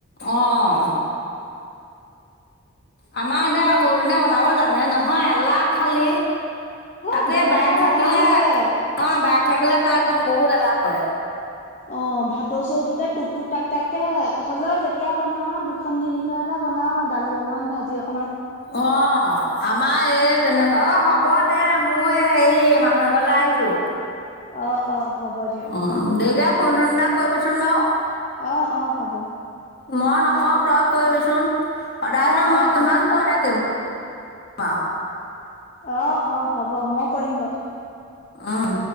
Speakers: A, on the left (about 50°); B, on the left (about 35°).
A: আহ। আমাৰ দে সৰু জনে বনাব জানে নহয়, এলাহ খালি।
B: এ
A: তাতে
B: বনাবলে
A: বায়েক থাকিলে
B: এলাহ লাগে।
A: অ', বায়েক থাকিলে তাৰ একদম বহুত এলাহ কৰে।
B: অ', ভাতৰ চৰুটোতে টুক-টুক টাক-টাককে হ'লেও যেতিয়া বনাও দুখন-তিনিখন এটা বনাও আৰু দালি অকমান ভাজি অ
A: অ', আমাৰ এই তেনেকুৱা। অ', হ'ব দে মই হেৰি মানুহ এঘৰলৈ আহিছোঁ।
B: অ', অ'। হ'ব দিয়ক।
A: উম, দেৰিকে ফোন-চোন এটা কৰিবিচোন বাৰু।
B: অ', অ', হ'ব।
A: মই নকওঁ তই কৰিবিচোন। সদায়নো
B: অ
A: মই
B: অ
A: কিমান
B: হ'ব
A: কৈ থাকিম আও।
B: অ', অ', হ'ব। মই কৰিম বাৰু।
A: অহ।